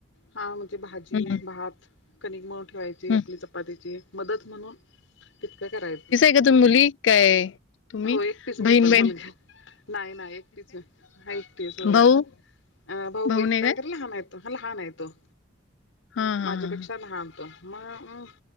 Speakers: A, on the left; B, on the left.
A: हा म्हणजे भाजी,
B: हम्म
A: भात, कनिक मळून ठेवायच. जी
B: हम्म
A: आपली चपातीची मदत, म्हणून तितकं करायचं
B: ह्या तुम्ही मुली काय? तुम्ही
A: हो एकटीच मी
B: बहीण
A: पण
B: बहीण
A: मुलगी, नाही नाही एकटीच मी हा एकटीच होय.
B: भाऊ
A: अ भाऊ एकटा
B: नाही काय
A: आहे, खर लहान आहे तो, लहान आहे तो
B: हा हा
A: माझ्यापेक्षा
B: हा
A: लहान तो. म मग